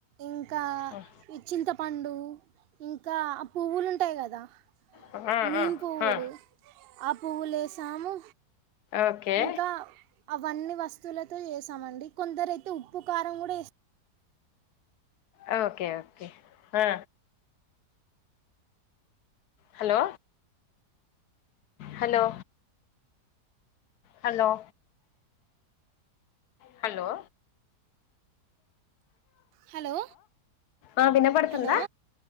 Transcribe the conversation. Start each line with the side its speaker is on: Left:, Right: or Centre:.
Right: ఇంకా
Left: ఆ
Right: ఈ చింతపండు ఇంకా ఆ పువ్వులు ఉంటాయ్ కదా
Left: ఆ
Right: నీమ్
Left: ఆ
Right: పువ్వులు
Left: ఆ
Right: ఆ పువ్వులేసాము
Left: ఓకే
Right: ఇంకా అవన్నీ వస్తువులతో ఏసామండి కొందరు అయితే ఉప్పు కారం కూడా ఏస్
Left: ఆ ఓకే ఓకే ఆ hello hello hello hello
Right: hello
Left: ఆ వినపడుతుందా
Right: హలో